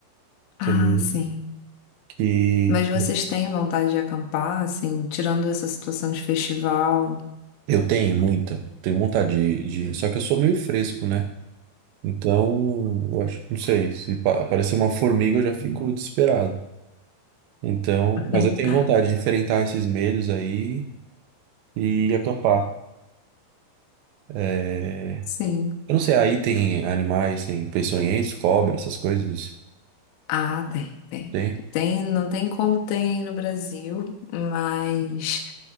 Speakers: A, on the left; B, on the right.
A: Ah,
B: também,
A: sim.
B: que
A: Mas vocês têm vontade de acampar, assim, tirando essa situação de festival?
B: Eu tenho muita, tenho vontade de, de- Só que eu sou meio fresco, né? Então, eu acho, não sei, se pa- aparecer uma formiga eu já fico desesperado. Então,
A: <laughs>
B: mas eu tenho vontade de enfrentar esses medos aí e acampar. É,
A: Sim.
B: Eu não sei, aí tem animais, tem peçonhentos, cobra, essas coisas?
A: Ah, tem, tem.
B: Tem?
A: Tem, não tem como tem no Brasil, mas